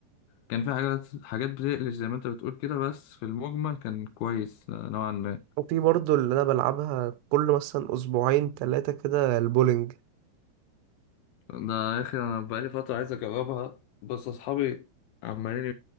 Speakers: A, on the left; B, on the right.
A: كان في حاجات حاجات بتقلش زي ما انت بتقول كده بس في المجمل كان كويس نوعا ما
B: وفي برضو اللي أنا بلعبها كل مثلا أسبوعين تلاتة كده البولينج
A: ده يا اخي انا بقالي فتره عايز اجربها بس اصحابي عمالين